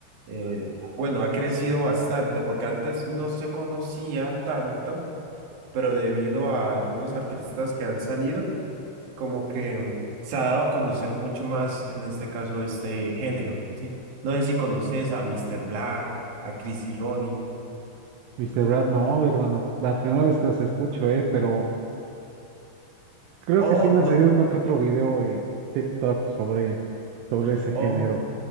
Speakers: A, on the right; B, on the right.
A: eh, bueno, ha crecido bastante porque antes no se conocía tanto, pero debido a algunos artistas que han salido como que se ha dado a conocer mucho más, en este caso, este género, ¿sí? No sé si conoces a Mr. Black, a Chris y Ronnie,
B: Mr. Brad, no, hermano, la primera vez que los escucho, ¿eh? Pero creo
A: o
B: que sí me
A: no,
B: han salido uno que otro video en TikTok sobre, sobre ese género.
A: o,